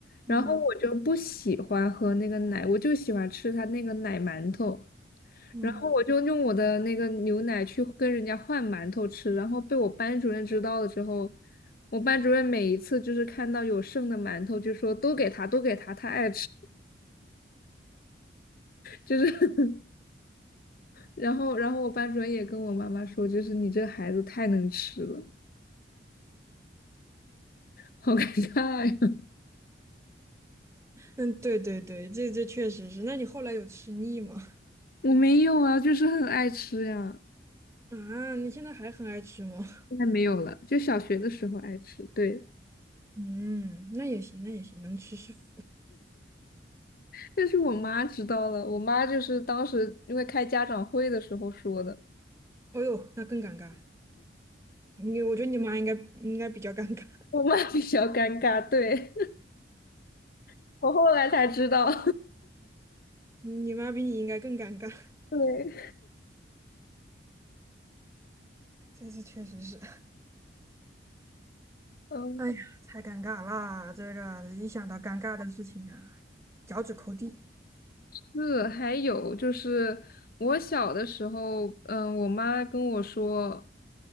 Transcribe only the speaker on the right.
嗯
嗯，
嗯，对对对，这这确实是。那你后来有吃腻吗？<laughs>
啊，你现在还很爱吃吗？
嗯，那也行，那也行，能吃是福。
哦呦，那更尴尬了。你，我觉得你妈应该应该比较尴尬，
<laughs> 你妈比你应该更尴尬。
<laughs> 这次确实是。
哎呀，太尴尬啦！这个一想到尴尬的事情啊，脚趾抠地。